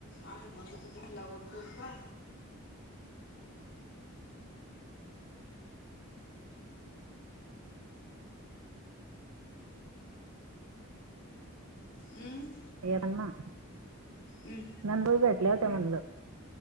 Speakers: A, on the left (about 55°); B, on the right (about 85°).
A: आणि म्हज तिती लगवड करूनपा हमं
B: या पण ना
A: हमं
B: नन बई भेटलेवते म्ह म्ल